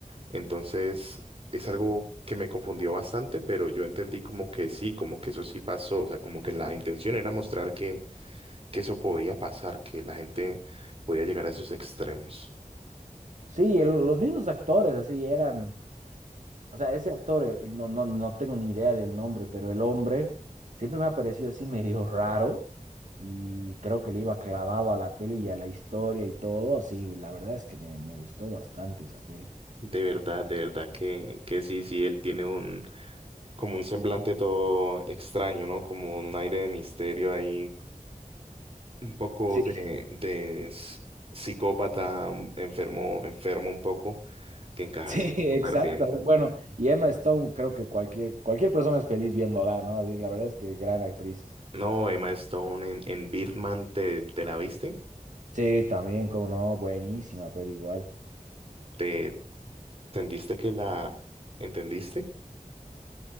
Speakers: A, on the right; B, on the right.
A: Entonces, es algo que me confundió bastante, pero yo entendí como que sí, como que eso sí pasó, o sea, como que la intención era mostrar que, que eso podía pasar, que la gente podía llegar a esos extremos.
B: Sí, el- los mismos actores así eran, O sea, ese actor, eh, no, no, no tengo ni idea del nombre, pero el hombre siempre me ha parecido así medio raro y creo que le iba clavado a la peli y a la historia y todo, así, la verdad es que me, me gustó bastante esa peli.
A: De verdad, de verdad que, que sí, sí, él tiene un, como un semblante todo extraño, ¿no? Como un aire de misterio ahí, un poco
B: Sí,
A: de, de s- psicópata, un- enfermo, enfermo un poco,
B: <laughs>
A: que encaja
B: sí,
A: como
B: exacto.
A: súper bien.
B: Bueno, y Emma Stone, creo que cualquier, cualquier persona es feliz viéndola, ¿no? Así, la verdad es que gran actriz.
A: No, Emma Stone en, en Birdman, ¿te, te la viste?
B: Sí, también, como no, buenísima, pero igual.
A: ¿Te sentiste que la entendiste?